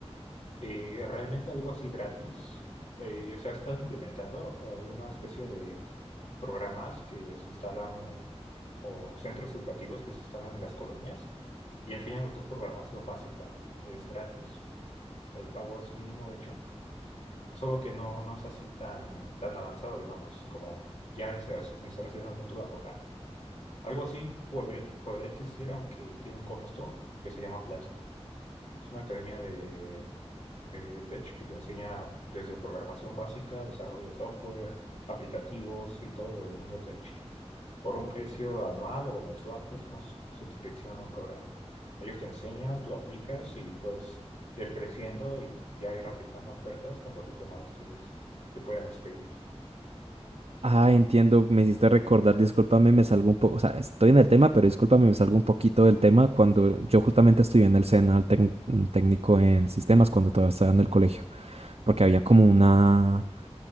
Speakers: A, on the left; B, on the right.
A: eh, realmente algo así gratis. Eh, se ha estado implementando, hay una especie de programas que se instalan en- o centros educativos que se instalan en las colonias y enseñan lo que es programación básica. Es gratis, el pago es mínimo, de hecho, solo que no, no es así tan, tan avanzado, digamos, como ya inser- inserción al mundo laboral. Algo así podría, podría existir, aunque tiene un costo que se llama es una academia de, eh, de tech que te enseña desde programación básica, desarrollo de software, aplicativos y todo lo del mundo tech. Por un precio anual o mensual, es una s- suscripción a un programa. Ellos te enseñan, tú aplicas y puedes ir creciendo y ya ir aplicando ofertas con los diplomados que ellos te puedan despedir.
B: Ah, entiendo, me hiciste recordar, discúlpame, me salgo un poco, o sea, estoy en el tema, pero discúlpame, me salgo un poquito del tema cuando yo justamente estudié en el SENA, el tec- mm, técnico en sistemas, cuando todavía estaba en el colegio, porque había como una,